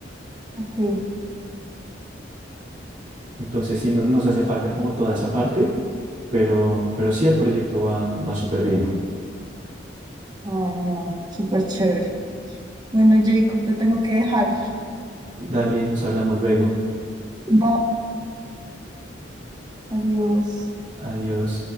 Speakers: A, on the right; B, on the right.
A: ok,
B: Entonces sí no- nos hace falta como toda esa parte, pero, pero sí el proyecto va, va súper bien.
A: ay, no, súper chévere. Bueno, Jacob, te tengo que dejar.
B: Dale, nos hablamos luego.
A: Bye, adiós.
B: Adiós.